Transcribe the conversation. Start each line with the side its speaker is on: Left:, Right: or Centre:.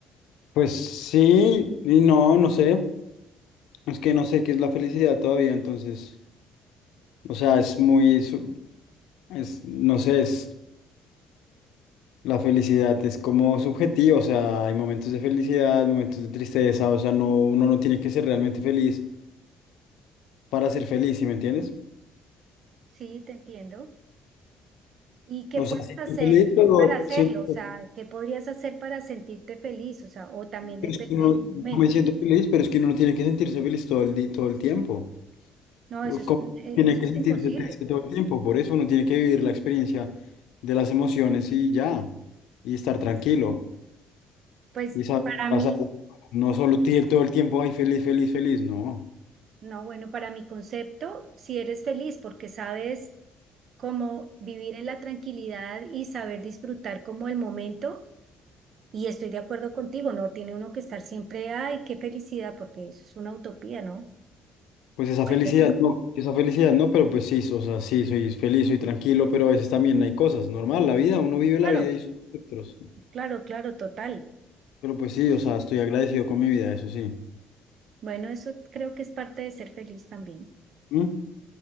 Left: pues sí, y no, no sé. Es que no sé qué es la felicidad todavía, entonces. O sea, es muy, su- es, no sé, es, la felicidad es como subjetiva, o sea, hay momentos de felicidad, momentos de tristeza, o sea, no, uno no tiene que ser realmente feliz para ser feliz, ¿sí me entiendes?
Right: Sí, te entiendo. ¿Y qué
Left: O
Right: puedes
Left: sea, sí
Right: hacer
Left: estoy feliz, pero
Right: para hacerlo?
Left: siento,
Right: O sea, ¿qué podrías hacer para sentirte feliz? O sea, o también depende
Left: es que uno-
Right: del momento.
Left: no me siento feliz, pero es que uno no tiene que sentirse feliz todo el, di- todo el tiempo.
Right: No,
Left: o
Right: eso es,
Left: cómo
Right: un- e-
Left: tiene
Right: eso
Left: que
Right: es
Left: sentirse
Right: imposible.
Left: triste todo el tiempo. Por eso uno tiene que vivir la experiencia de las emociones y ya, y estar tranquilo.
Right: Pues
Left: Y saber
Right: para
Left: pasar,
Right: mí,
Left: no solo ti- todo el tiempo, ay, feliz, feliz, feliz, no.
Right: no, bueno, para mi concepto, si eres feliz porque sabes cómo vivir en la tranquilidad y saber disfrutar como el momento, y estoy de acuerdo contigo, no tiene uno que estar siempre, ay, qué felicidad, porque eso es una utopía, ¿no?
Left: Pues esa
Right: Bueno,
Left: felicidad
Right: eso es,
Left: no, esa felicidad no, pero pues sí, o sea, sí, soy feliz, soy tranquilo, pero a veces también hay cosas, normal, la vida, uno vive la
Right: claro,
Left: vida y sus espectros.
Right: claro, claro, total.
Left: Pero pues sí, o sea, estoy agradecido con mi vida, eso sí.
Right: Bueno, eso creo que es parte de ser feliz también.
Left: ¿Mm?